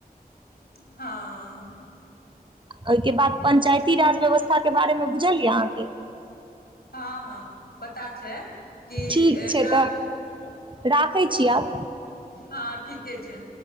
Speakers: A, on the left (about 85°); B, on the right (about 30°).
A: हँ
B: ओहिके बाद पञ्चायती राज व्यवस्थाके बारेमे बुझल यए अहाँके?
A: हँ हँ पता छै कि
B: ठीक छै
A: ग्रामीण
B: तऽ राखै छी आब
A: हँ ठीक के छै